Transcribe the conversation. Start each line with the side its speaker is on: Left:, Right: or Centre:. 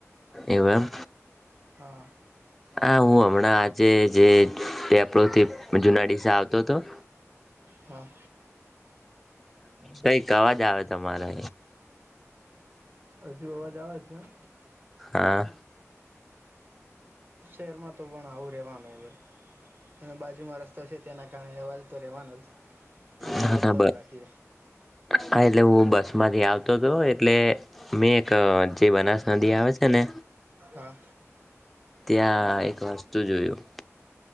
Centre: એવું એમ
Right: હા
Centre: હા હું હમણાં આજે જેે દેપો થી જુનાઢડીસા આવતો હતો
Right: હા
Centre: કઈ અવાજ આવે તમારે
Right: હજુ અવાજ આવે છે એમ
Centre: હા
Right: શેરમાં તો પણ આવું રેવાનું હવે અને બાજુમાં રસ્તો છે તેના કારણે અવાજ તો રહેવાનો જ આપણે
Centre: ના
Right: વાત
Centre: ના
Right: સાલુ
Centre: બસ
Right: રાખીએે
Centre: હા એટલે હું બસ માંથી આવતો હતો એટલે મેં એક જે બનાસ નદી આવે છે ને
Right: હા
Centre: ત્યાં એક વસ્તુ જોયું